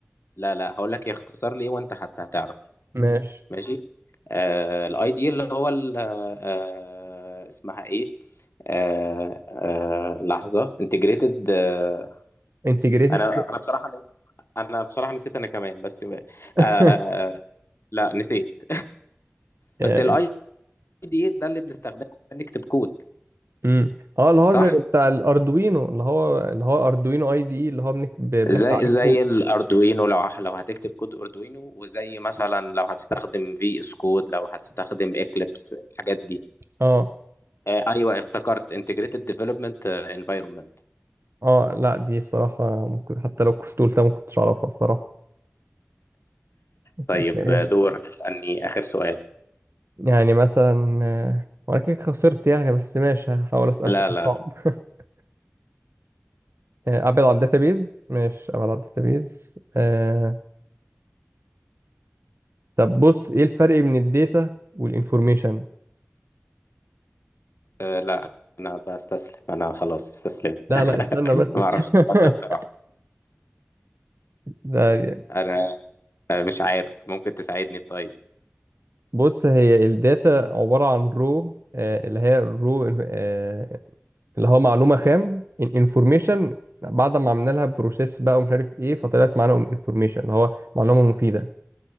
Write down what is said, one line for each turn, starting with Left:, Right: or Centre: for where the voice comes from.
Left: لا لا هقول لك يختصر لي وانت حتى هتعرف
Right: ماشي
Left: ماشي آه الاي دي اللي هو ال- آه آه، اسمها ايه آه آه لحظه انتجريتد آه
Right: انتجريتد
Left: انا انا بصراحه انا بصراحه نسيت انا كمان بس
Right: <laughs>
Left: آه لا نسيت بس
Right: اه
Left: الاي دي ده اللي بنستخدمه عشان نكتب كود
Right: أمم. آه، اللي هو
Left: صح
Right: زي بتاع الاردوينو اللي هو اللي هو اردوينو اي دي اي اللي هو بنك- ب- بنحكي
Left: زي
Right: عليه
Left: زي
Right: كود
Left: الاردوينو لو ه- لو هتكتب كود اردوينو وزي مثلا لو هتستخدم في اس كود لو هتستخدم اكليبس الحاجات دي
Right: اه
Left: آه، ايوه افتكرت integrated development آه، environment
Right: اه لا دي الصراحة ممكن حتى لو كنت قلتها ما كنتش اعرفها الصراحة
Left: طيب
Right: <laughs>
Left: آه، دورك اسألني آخر سؤال
Right: يعني مثلا آه، وانا كده خسرت يعني بس ماشي هحاول اسأل
Left: لا
Right: سؤال
Left: لا
Right: صعب
Left: لا
Right: <laughs> آه، ابعد عن الداتابيز ماشي ابعد عن الداتابيز آه طب بص ايه الفرق بين الداتا والانفورميشن
Left: آه، لا انا بستسلم انا خلاص استسلمت
Right: لا
Left: <laughs>
Right: لا استنى بس
Left: ما
Right: استنى
Left: اعرفش السؤال ده
Right: <laughs>
Left: بصراحة
Right: ده
Left: انا آه، مش عارف ممكن تساعدني طيب
Right: بص هي الداتا عبارة عن رو آه اللي هي الرو اللي هو معلومة خام انفورميشن بعد ما عملنا لها بروسيس بقى ومش عارف ايه فطلعت معانا انفورميشن اللي هو معلومة مفيدة